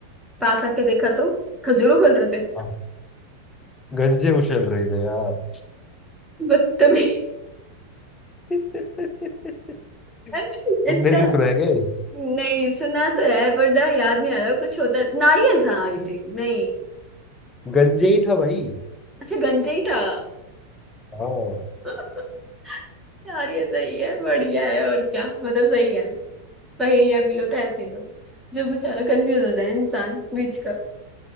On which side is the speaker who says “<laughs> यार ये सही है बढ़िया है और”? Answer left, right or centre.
Centre